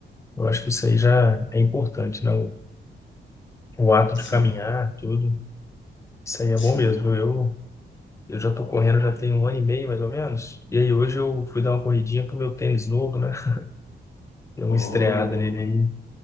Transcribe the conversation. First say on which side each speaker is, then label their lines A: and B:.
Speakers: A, on the left; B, on the left.
A: Eu acho que isso aí já é importante, né, o, o ato de
B: sim,
A: caminhar, tudo. Isso aí é
B: sim.
A: bom mesmo. Eu, eu já tô correndo já tem um ano e meio, mais ou menos. E aí, hoje eu fui dar uma corridinha com o meu tênis novo, né, <laughs> deu uma
B: Oh,
A: estreada nele aí,